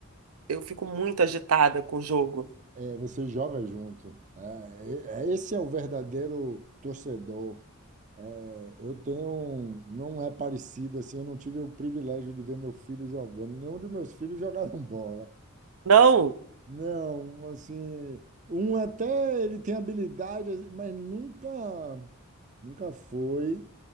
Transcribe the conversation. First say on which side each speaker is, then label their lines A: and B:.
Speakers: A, on the right (about 90°); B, on the right (about 35°).
A: eu fico muito agitada com o jogo.
B: é, você joga junto. É, é- é, esse é o verdadeiro torcedor. É, eu tenho, um- não é parecido assim. Eu não tive o privilégio de ver meu filho jogando. Nenhum dos meus filhos jogaram bola.
A: Não,
B: Não, assim, um até ele tem habilidade, assim, mas nunca, nunca foi